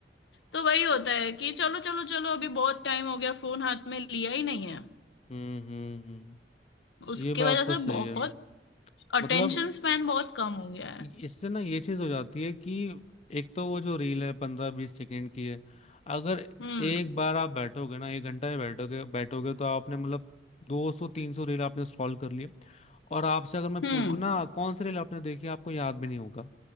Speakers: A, on the left (about 80°); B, on the left (about 35°).
A: तो वही होता है कि चलो चलो चलो अभी बहुत टाइम हो गया फोन हाथ में लिया ही नहीं है
B: हम्म हम्म हम्म
A: उसकी
B: ये
A: वजह
B: बात तो
A: से
B: सही
A: बहुत
B: है
A: अटेंशन
B: मतलब
A: स्पैन बहुत कम हो गया है
B: इससे ना ये चीज हो जाती है कि एक तो वो जो रील है पंद्रह बीस सेकंड की है अगर
A: हम्म
B: एक बार आप बैठोगे ना एक घंटा में बैठोगे बैठोगे तो आपने मतलब दो सौ तीन सौ रील आपने स्क्रॉल कर लिए और आपसे अगर मैं
A: हम्म
B: पूछूं ना कौन सी रील आपने देखी आपको याद भी नहीं होगा